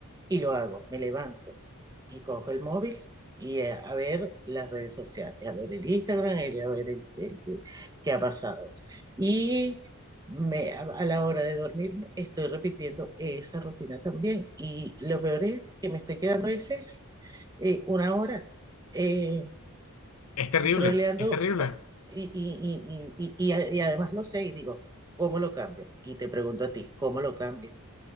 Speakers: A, on the right; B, on the left.
A: y lo hago. Me levanto y cojo el móvil y eh, a ver las redes sociales, a ver el Instagram, el- a ver el, el- el- qué ha pasado. Y me, a, a la hora de dormirme estoy repitiendo esa rutina también. Y lo peor es que me estoy quedando a veces eh, una hora. eh,
B: Es terrible,
A: scrolleando
B: es terrible.
A: y, y, y, y, y y además lo sé y digo, ¿cómo lo cambio? Y te pregunto a ti, ¿cómo lo cambio?